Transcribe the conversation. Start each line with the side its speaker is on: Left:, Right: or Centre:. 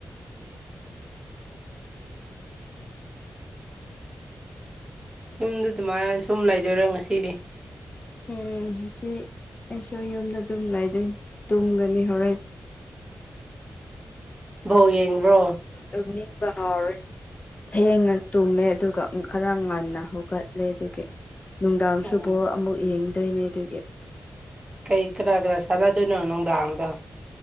Right: ꯌꯨꯝꯗ ꯑꯗꯨꯃꯥꯏꯅ ꯁꯨꯝ ꯂꯩꯗꯣꯏꯔꯥ ꯉꯁꯤꯗꯤ
Left: ꯎꯝ ꯁꯤ ꯑꯩꯁꯨ ꯌꯨꯝꯗ ꯑꯗꯨꯝ ꯂꯩꯗꯣꯏ ꯇꯨꯝꯒꯅꯤ ꯍꯣꯔꯦꯟ
Right: ꯕꯧ ꯌꯦꯡꯕ꯭ꯔꯣ
Left: ꯑꯁ ꯑꯗꯨꯝ ꯅꯤꯡꯕ ꯍꯥꯎꯔꯦ ꯊꯦꯡꯅ ꯇꯨꯝꯃꯦ ꯑꯗꯨꯒ ꯈꯔ ꯉꯟꯅ ꯍꯧꯒꯠꯂꯦ ꯑꯗꯨꯒꯤ ꯅꯨꯡꯗꯥꯡꯁꯨꯕꯣ
Right: ꯎꯝ
Left: ꯑꯃꯨꯛ ꯌꯦꯡꯗꯣꯏꯅꯦ ꯑꯗꯨꯒꯤ
Right: ꯀꯩ ꯀꯅꯥ ꯀꯅꯥ ꯁꯥꯟꯅꯗꯣꯏꯅꯣ ꯅꯨꯡꯗꯥꯡꯗ